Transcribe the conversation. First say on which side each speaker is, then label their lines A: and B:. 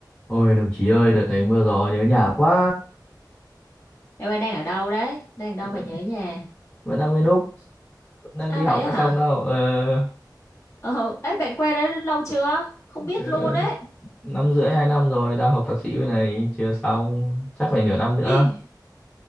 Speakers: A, on the left; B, on the left.
A: Ôi đồng chí ơi, đợt này mưa gió nhớ nhà quá.
B: Em ơi đang ở đâu đấy? Đang ở đâu
A: Vẫn
B: mà nhớ nhà?
A: vẫn đang nguyên lúc, vẫn đang
B: À
A: đi
B: vậy
A: học
B: á
A: đã
B: hả?
A: xong đâu. Ờ,
B: Ờ, ấy bạn qua đấy lâu chưa? Không biết
A: ờ,
B: luôn ấy.
A: năm rưỡi hai năm rồi, đang học thạc sĩ bên này chưa xong, chắc phải nửa năm nữa.
B: Ý,